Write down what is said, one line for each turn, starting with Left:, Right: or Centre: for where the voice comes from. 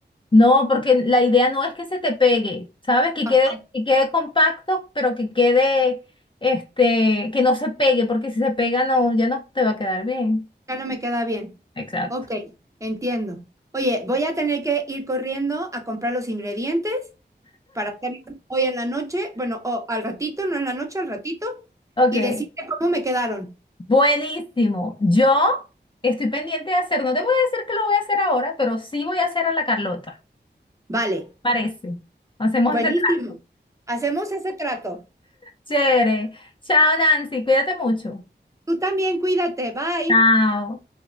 Left: No, porque la idea no es que se te pegue, ¿sabes? Que
Right: Ajá,
Left: quede, que quede compacto, pero que quede, este, que no se pegue, porque si se pega no, ya no te va a quedar bien.
Right: ya no me queda bien.
Left: Exacto.
Right: Ok, entiendo. Oye, voy a tener que ir corriendo a comprar los ingredientes para hacer hoy en la noche, bueno, o al ratito, no en la noche, al ratito,
Left: Ok.
Right: y decirte cómo me quedaron.
Left: Buenísimo. Yo estoy pendiente de hacer, no te voy a decir que lo voy a hacer ahora, pero sí voy a hacer a la Carlota.
Right: Vale,
Left: Parece. Hacemos
Right: buenísimo.
Left: ese trato.
Right: Hacemos ese trato.
Left: Chévere. Chao, Nancy. Cuídate mucho.
Right: Tú también, cuídate. Bye.
Left: Chao.